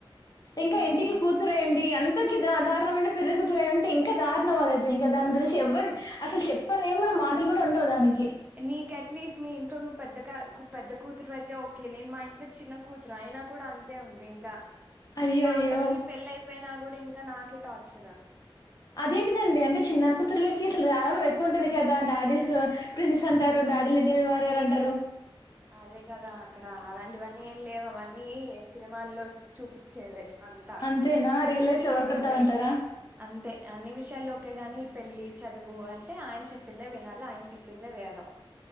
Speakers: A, on the left (about 45°); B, on the right (about 20°).
A: ఇంకా
B: ఉమ్
A: ఇంటికి కూతురెండి య కి దా దారుణం అంటే పెళ్ళికూతురు అయ్యుంటే ఇంకా దారుణం అదయితే ఇంక, దాన్ గురించి ఎవ్వర్
B: ఉమ్
A: అసల్ చెప్పలేం కూడ మా కూడా ఉండవ్ దానికి
B: నీకి అట్లీస్ట్ మీ ఇంట్లో నువ్వు పెద్ద క కు పెద్ద కూతురు అయితే ఓకే నేను మా ఇంట్లో చిన్న కూతురు అయినా కూడా అంతే ఉంది ఇంకా
A: అయ్యో
B: మా
A: అయ్యో
B: అక్కకి పెళ్ళి అయిపోయినా కూడా ఇంకా నాకే టార్చర్
A: అదేంటిదండి అంటే
B: అది
A: చిన్న కూతుర్లకి అసలు గారాబం ఎక్కువ ఉంటది కదా డాడీస్ స్ ప్రిన్సెస్ అంటారు, డాడీ లిటిల్ వారియర్ అంటరు.
B: అదే కదా అక్కడ అలాంటివన్నీ ఏం లేవు అవన్నీ. అవన్నీ సినిమాల్లో చూపించేవే అంతా
A: అంతేనా రియల్ లైఫ్ లో వర్కౌట్
B: అంతే.
A: కాదంటారా
B: అంతే అన్ని విషయాల్లో. అంతేగాని ఈ పెళ్ళలి చదువు అంటే ఆయన చెప్పిందే వినాలి ఆయన చెప్పిందే వేదం.